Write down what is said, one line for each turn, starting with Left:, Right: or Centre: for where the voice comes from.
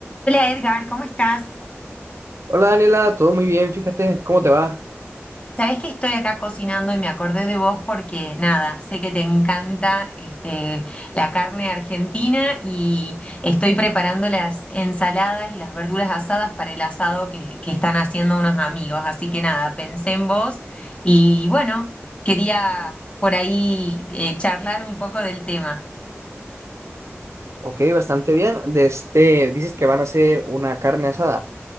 Left: Hola Edgar, ¿cómo estás?
Right: Hola Daniela, todo muy bien, fíjate, ¿cómo te va?
Left: Sabés que estoy acá cocinando y me acordé de vos porque nada, sé que te encanta este, la carne argentina y estoy preparando las ensaladas y las verduras asadas para el asado que, que están haciendo unos amigos. Así que nada, pensé en vos y bueno, quería por ahí eh, charlar un poco del tema.
Right: Ok, bastante bien. De este, dices que van a hacer una carne asada,